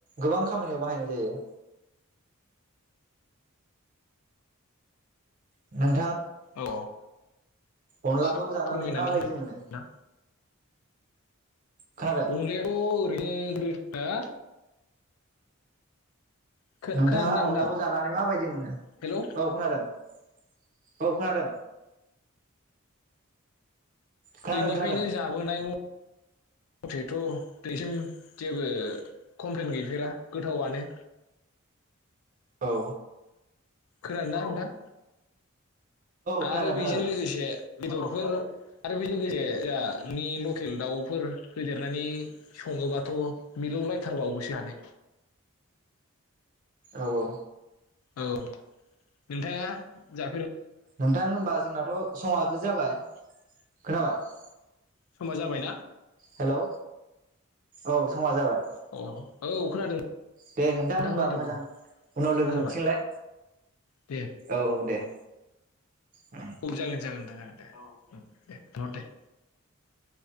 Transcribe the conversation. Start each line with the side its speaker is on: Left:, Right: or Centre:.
Right: गोबां खामानियाव बाहायनाय जायो। नों
Left: औ
Right: अनलाखौ
Left: से
Right: जानानै
Left: फोरमायनानै
Right: माबायदि
Left: हो
Right: मोनो?
Left: ना
Right: खोनादों
Left: अनलायाथ' ओरैनो <unintelligible> हो? खोनादोंना
Right: नोंथाङा
Left: नोंथां
Right: अनलाखौ जानानै माबायदि मोनो?
Left: हेलौ
Right: औ खोनादों। औ खोनादों। खोनादों
Left: उन्दैनिफ्रायनो
Right: खोनादों
Left: जाबोनाय अ मथेथ' दिनैसिम जेबो कमप्लेन गैफेरा गोथावानो।
Right: औ
Left: खोनादोंना नोंथां?
Right: खोनादों
Left: आरो बेजों
Right: खोनादों
Left: लोगोसे बेदरफोर आरो <inaudible> नि लकेल दाउफोर होदेरनानै सङोबाथ' मिलौ लायथार बावोसो जानो।
Right: औ औ।
Left: औ नोंथाङा जा
Right: नोंथां होनबा जोंनाथ' समाबो जाबाय। खोनाबाय?
Left: समा जाबायना?
Right: हेलौ औ समा जाबाय।
Left: अ औ खोनादों।
Right: दे नोंथां होमबा
Left: खोनादों
Right: मोजां
Left: औ
Right: उनाव
Left: समा
Right: लोगो
Left: जाबाय
Right: मोनसिगोनलाय
Left: दे
Right: औ औ दे। उम
Left: औ जागोन जागोन नोंथां जागोन। दे औ उम दे नर दे